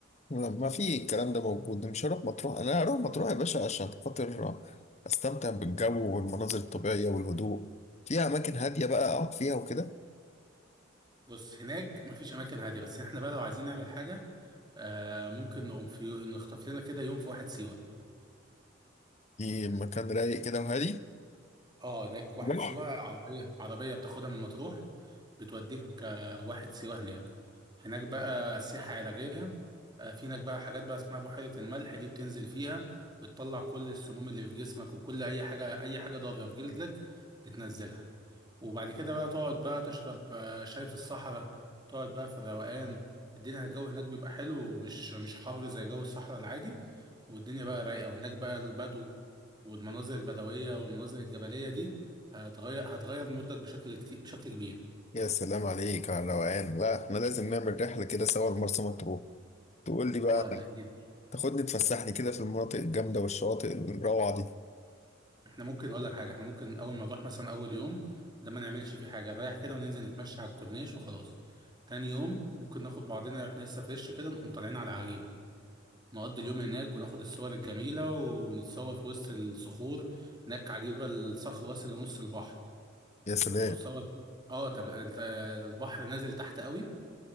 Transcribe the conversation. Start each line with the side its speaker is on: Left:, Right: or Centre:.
Left: ما في الكلام ده موجود مش هروح مطروح انا هروح مطروح يا باشا عشان خاطر استمتع بالجو والمناظر الطبيعية والهدوء فيها اماكن هادية بقى اقعد فيها وكده
Right: بص هناك مفيش اماكن هاديه بس احنا بقى لو عايزين نعمل حاجه آه ممكن نقوم في نخطف لنا كده يوم في واحد سيوه
Left: في مكان رايق كده وهادي
Right: اه هناك واحد
Left: بحر
Right: سيوه عربيه عربيه بتاخدها من مطروح بتوديك آه واحد سيوه هناك هناك بقى سياحه علاجيه آه في هناك بقى حاجات بقى اسمها بحيره الملح دي بتنزل فيها بتطلع كل السموم اللي في جسمك وكل اي حاجه اي حاجه ضاره في جلدك بتنزلها وبعد كده بقى تقعد بقى تشرب آه، شاي في الصحراء تقعد بقى في الروقان الدنيا الجو هناك بيبقى حلو ومش مش حر زي جو الصحراء العادي والدنيا بقى رايقة وهناك بقى البدو والمناظر البدوية والمناظر الجبلية دي هتغير هتغير مودك بشكل كتير بشكل كبير
Left: يا سلام عليك على الروقان لا احنا لازم نعمل رحلة كده سوا لمرسى مطروح تقول لي بقى
Right: اه ده اكيد
Left: تاخدني تفسحني كده في المناطق الجامدة والشواطئ الروعة دي
Right: احنا ممكن اقول لك حاجة احنا ممكن اول ما نروح مثلا اول يوم ده ما نعملش فيه حاجة نريح كده وننزل نتمشى على الكورنيش وخلاص تاني يوم ممكن ناخد بعضنا واحنا لسه فريش كده نقوم طالعين على عجيبة نقضي اليوم هناك وناخد الصور الجميلة ونتصور في وسط الصخور هناك عجيبة الصخر واصل لنص البحر
Left: يا سلام
Right: نتصور اه طب انت البحر نازل تحت قوي